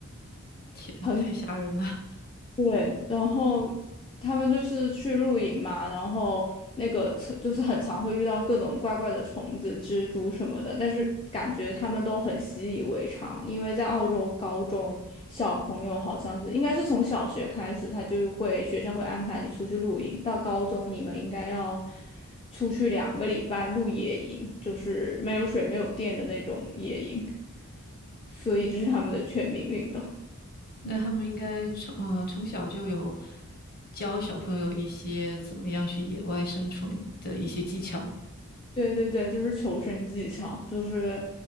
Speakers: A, on the left (about 40°); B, on the left (about 25°).
A: 天，
B: 很。
A: 太吓人了。<laughs>
B: 对，然后他们就是去露营嘛，然后那个车就是很常会遇到各种怪怪的虫子、蜘蛛什么的，但是感觉他们都很习以为常，因为在澳洲高中小朋友好像是应该是从小学开始，他就会学校会安排你出去露营，到高中你们应该要出去两个礼拜露野营，就是没有水、没有电的那种野营，所以这是他们的全民运动。
A: 那他们应该从呃从小就有教小朋友一些怎么样去野外生存的一些技巧，
B: 对对对，就是求生技巧，就是